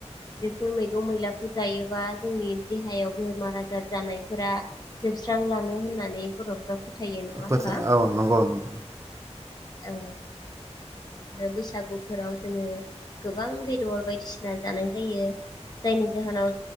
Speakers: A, on the left; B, on the right.
A: बेफोर मैगं मैलाखौ जायोबा जोंनि देहायाव बेमार आजार जानायफोरा जोबस्रांलाङो होननानै बरफ्रा फोथायो नङा
B: बोथो
A: होमबा
B: औ नंगौ नोंथां
A: औ आरो बैसागुफोराव जोङो गोबां बेदर बायदिसिना जानाय जायो जायनि जाहोनाव